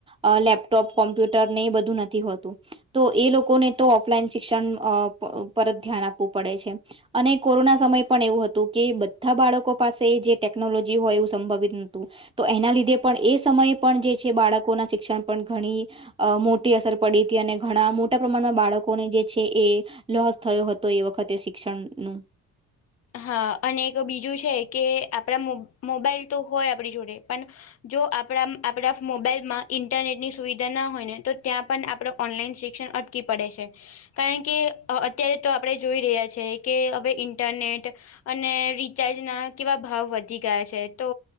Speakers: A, on the right (about 20°); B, on the left (about 55°).
A: અ લેપટોપ કોમ્પ્યુટર ને એ બધું નથી હોતું. તો એ લોકોને તો ઓફલાઈન શિક્ષણ <unintelligible> ધ્યાન આપવું પડે છે. અને કોરોના સમય પણ એવું હતું કે આ બાળકો પાસે જે ટેકનોલોજી હોય એવું સંભવિત નહતું. તો એના લીધે પણ એ સમયે પણ જે છે, બાળકોના શિક્ષણ પણ ઘણી. અ મોટી અસર પડી હતી અને ઘણા મોટા પ્રમાણમાં બાળકોને જે છે, એ. લોસ થયો હતો એ વખતે શિક્ષણનું.
B: હા અને એક બીજું છે, કે આપણા મો મોબાઈલ તો હોય આપણી જોડે પણ. જો આપણા આપણા મોબાઈલ માં ઇન્ટરનેટની સુવિધા ના હોય ને તો ત્યાં પણ આપડ ઓનલાઈન શિક્ષણ. પડે છે, કારણ કે અત્યારે તો આપણે જોઈ રહ્યા છે, કે હવે ઇન્ટરનેટ. અને રિચાર્જના કેવા ભાવ વધી ગયા છે, તો.